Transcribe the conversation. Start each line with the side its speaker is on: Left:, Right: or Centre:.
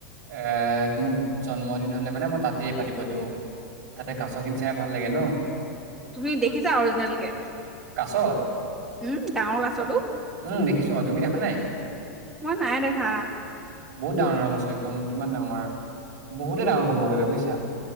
Right: এ' মোৰ জন্মদিন হলে মানে মই তাতেই পাতিব দিওঁ! তাতে কাছ খিনি চাই ভাল লাগে ন?
Centre: তুমি দেখিছা অৰিজিনেল কে!
Right: কাছ?
Centre: উম! ডাঙৰ কাছতো!
Right: অ উম! দেখিছোঁ? তুমি দেখা নাই?
Centre: মই নাই দেখা!
Right: বহুত ডাঙৰ ডাঙৰ কাছ একদম! কিমান ডাঙৰ বহুতে ডাঙৰ ক'ব গ'লে বুজিছা?